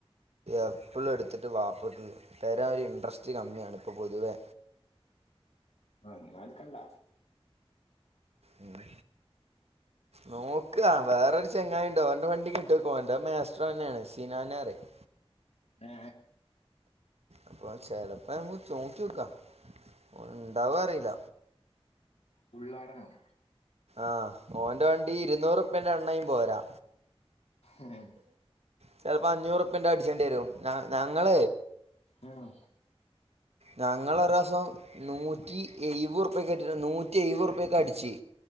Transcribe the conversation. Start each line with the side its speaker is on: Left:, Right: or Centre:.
Right: എപ്പളും എടുത്തിട്ട് വാപ്പ തരാൻ ഇന്ട്രെസ്റ് കമ്മിയാണ് ഇപ്പൊ പൊതുവെ
Left: ആ എന്നാ എടുക്കണ്ട
Right: ഉ നോക്ക് വേറൊരു ചെങ്ങായിയുണ്ട് അവന്റെ വണ്ടി കിട്ടൊനോക്ക് അവന്റെ മാസ്റ്റർ തന്നെയാണ് സിനന് പറയും
Left: ഏ
Right: അപ്പ ചെലപ്പ ചോയിച്ചുനോക്കാം ഉണ്ടാവോ അറിയില്ല
Left: ഉള്ളാടനം
Right: ആഹ് ഓൻറെ വണ്ടി ഇരുന്നൂറുപ്പ്യേന്റെ എണ്ണയും പോരാ
Left: ഉം,
Right: ചെലപ്പോ അഞ്ഞൂറ്റുപ്പന്റെ അടിച്ചേണ്ടി വരും ഞങ്ങള
Left: ഉം,
Right: ഞങ്ങളൊരുസം നൂറ്റി എഴപതു റുപ്യക്ക് നൂറ്റി എഴപത്റുപ്യക്ക് അടിച്ചു